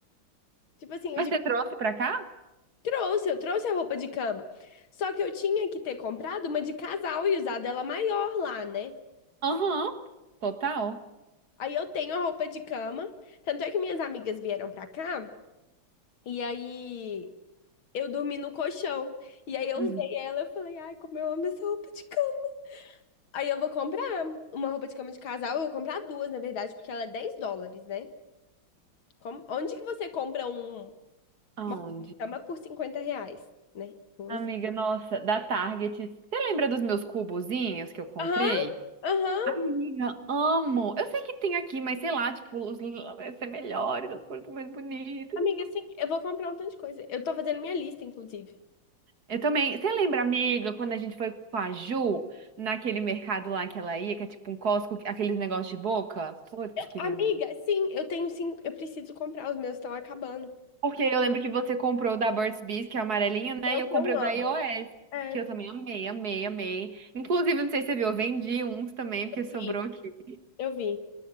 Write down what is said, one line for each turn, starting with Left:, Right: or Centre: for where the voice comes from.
Left: Tipo assim,
Right: Mas
Left: eu de-
Right: você trouxe pra cá?
Left: trouxe, eu trouxe a roupa de cama. Só que eu tinha que ter comprado uma de casal e usado ela maior lá, né?
Right: Aham, total.
Left: Aí eu tenho a roupa de cama. Tanto é que minhas amigas vieram pra cá e aí eu dormi no colchão. E aí eu
Right: Uhum.
Left: usei ela, eu falei, ai, como eu amo essa roupa de cama. Aí eu vou comprar uma roupa de cama de casal, eu vou comprar duas, na verdade, porque ela é 10 dólares, né? Como- onde que você compra um
Right: Aonde?
Left: Uma chama por 50 reais, né? Vamos
Right: Amiga,
Left: assim.
Right: nossa, da Target. Você lembra dos meus cubozinhos que eu comprei?
Left: Aham, aham.
Right: Amiga, amo. Eu sei que tem aqui, mas sei lá, tipo, os vai ser melhores, as coisas mais bonitas.
Left: Amiga, sim, eu vou comprar um tanto de coisa. Eu tô fazendo minha lista, inclusive.
Right: Eu também. Você lembra, amiga, quando a gente foi com a Ju naquele mercado lá que ela ia, que é tipo um Costco, aqueles negócios de boca? Putz,
Left: Eu-
Right: queria
Left: amiga,
Right: muito.
Left: sim, eu tenho sim, eu preciso comprar, os meus estão acabando.
Right: Porque eu lembro que você comprou o da Burt's Bees, que é amarelinho, né?
Left: É
Right: E
Left: o
Right: eu
Left: que
Right: comprei
Left: eu amo.
Right: o da iOS,
Left: É,
Right: que eu também amei, amei, amei. Inclusive, não sei se você viu, eu vendi uns também, porque sobrou
Left: vi,
Right: aqui.
Left: eu vi.